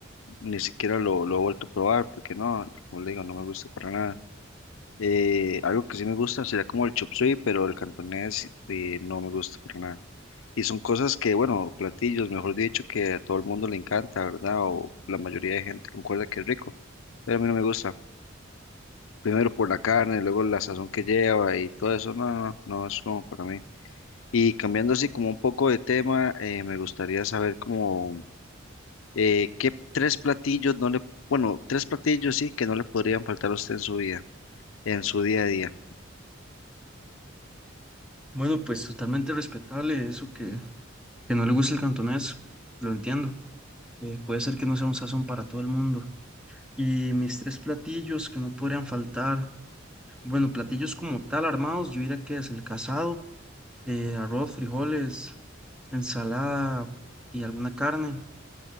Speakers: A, on the left (about 75°); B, in the centre.
A: ni siquiera lo, lo he vuelto a probar porque no, como le digo, no me gusta para nada. Eh, algo que sí me gusta sería como el chop suey, pero el cantonés eh, no me gusta para nada. Y son cosas que, bueno, platillos, mejor dicho, que a todo el mundo le encanta, ¿verdad? O la mayoría de gente concuerda que es rico, pero a mí no me gusta. primero por la carne, luego la sazón que lleva y todo eso, no, no, no es como para mí. Y cambiando así como un poco de tema, eh, me gustaría saber como eh, qué tres platillos no le, bueno, tres platillos sí que no le podrían faltar a usted en su vida, en su día a día.
B: Bueno, pues totalmente respetable eso que Que no le guste el cantonés, lo entiendo. Eh, puede ser que no sea un sazón para todo el mundo. Y mis tres platillos que no podrían faltar. Bueno, platillos como tal armados, yo diría que es el casado, eh, arroz, frijoles, ensalada y alguna carne.